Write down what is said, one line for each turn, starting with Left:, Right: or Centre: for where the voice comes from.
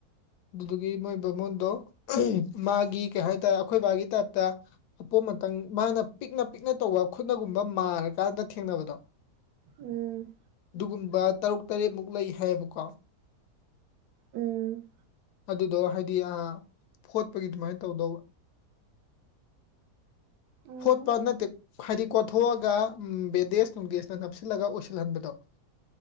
Left: ꯑꯗꯨꯗꯨꯒꯤ ꯃꯣꯏ ꯕꯃꯣꯟꯗꯣ ꯃꯥꯒꯤ ꯀꯩ ꯍꯥꯏꯇꯥꯔꯦ ꯑꯩꯈꯣꯏ ꯕꯥꯒꯤ ꯇꯥꯏꯞꯇ ꯑꯄꯣꯝ ꯑꯇꯪ ꯃꯥꯅ ꯄꯤꯛꯅ ꯄꯤꯛꯅ ꯇꯧꯕ ꯈꯨꯠꯅꯒꯨꯝꯕ ꯃꯥꯔꯀꯥꯟꯗ ꯊꯦꯡꯅꯕꯗꯣ
Right: ꯎꯝ
Left: ꯗꯨꯒꯨꯝꯕ ꯇꯔꯨꯛ ꯇꯔꯦꯠꯃꯨꯛ ꯂꯩ ꯍꯥꯏꯌꯦꯕꯀꯣ
Right: ꯎꯝ
Left: ꯑꯗꯨꯗꯣ ꯍꯥꯏꯗꯤ ꯑ ꯐꯣꯠꯄꯒꯤ ꯑꯗꯨꯃꯥꯏꯅ ꯇꯧꯗꯧꯕ
Right: ꯎꯝ
Left: ꯐꯣꯠꯄ ꯅꯠꯇꯦ ꯍꯥꯏꯗꯤ ꯀꯣꯠꯊꯣꯛꯑꯒ ꯕꯦꯟꯗꯦꯖ ꯅꯨꯡꯗꯦꯖꯅ ꯅꯞꯁꯤꯜꯂꯒ ꯑꯣꯏꯁꯤꯜꯍꯟꯕꯗꯣ